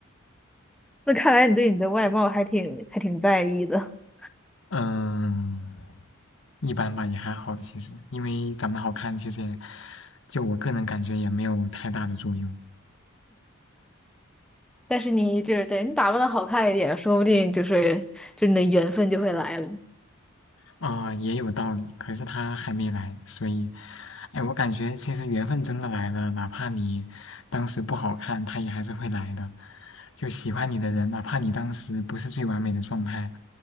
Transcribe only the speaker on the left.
<laughs> 嗯，一般吧，也还好其实，因为长得好看，其实也就我个人感觉也没有太大的作用。
啊、也有道理。可是他还没来，所以，哎，我感觉其实缘分真的来了，哪怕你当时不好看，他也还是会来的。就喜欢你的人，哪怕你当时不是最完美的状态，